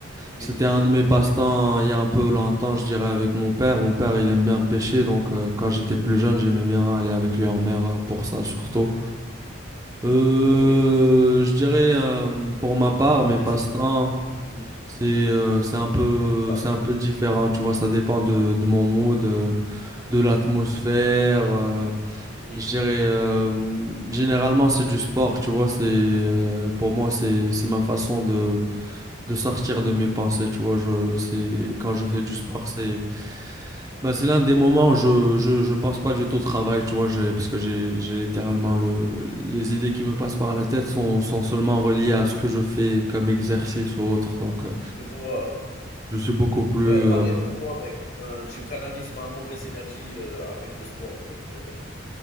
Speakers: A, on the left; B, on the right.
A: Oui,
B: c'était un de mes passe-temps il y a un peu longtemps, je dirais, avec mon père. Mon père, il aime bien pêcher, donc euh, quand j'étais plus jeune, j'aimais bien aller avec lui en mer euh, pour ça surtout. Euh,
A: oui.
B: je dirais, euh, pour ma part, mes
A: Qu'est-ce
B: passe-temps,
A: que, oui,
B: c'est euh, c'est un peu,
A: tu vois,
B: c'est un peu différent, tu vois, ça dépend de, de mon mood, euh, de l'atmosphère. euh,
A: oui,
B: je dirais, euh, généralement, c'est du sport, tu vois, c'est, euh, pour moi, c'est, c'est ma façon de de sortir de mes pensées, tu vois, je c'est quand je fais
A: oui,
B: du sport, c'est ben, c'est l'un des moments où je, je je pense pas du tout au travail, tu vois, j'ai- parce que j'ai j'ai littéralement le les idées qui me passent par la tête sont sont seulement reliées à ce que je fais comme exercice ou autre. Donc euh,
A: je vois.
B: je suis beaucoup plus
A: Ouais,
B: euh,
A: pareil pour moi, mec. Euh, je canalise ma mauvaise énergie, heu, avec le sport, donc heu,